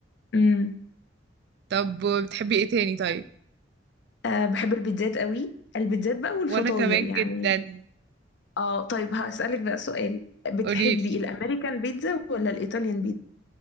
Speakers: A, on the left; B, on the right.
A: امم
B: طب بتحبي ايه تاني طيب
A: أه بحب البيتزات قوي البيتزات بقى والفطاير
B: وانا كمان
A: يعني
B: جدا
A: اه طيب هسألك بقى سؤال بتحبي
B: قوليلي
A: الامريكان بيتزا ولا الايطاليان